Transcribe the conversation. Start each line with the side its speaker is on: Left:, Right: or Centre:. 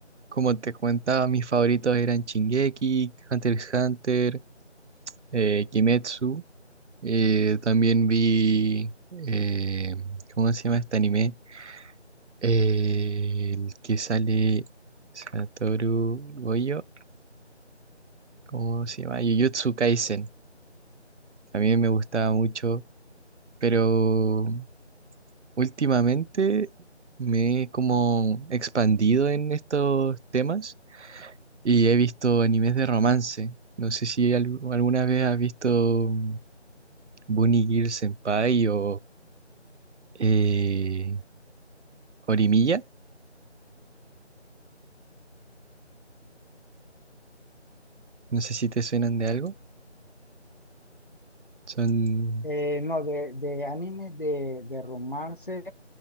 Right: como te comentaba, mis favoritos eran Shingeki, Hunter x Hunter, eh, Kimetsu. Eh, también vi, eh, ¿cómo se llama este anime? Eh, el que sale Satoru Goyo, ¿cómo se llama? Jujutsu Kaisen. También me gustaba mucho, pero últimamente me he como expandido en estos temas y he visto animes de romance. No sé si al- alguna vez has visto Bunny Girl Senpai o eh, Horimiya. No sé si te suenan de algo. Son...
Left: Eh, no, de, de animes de, de romance,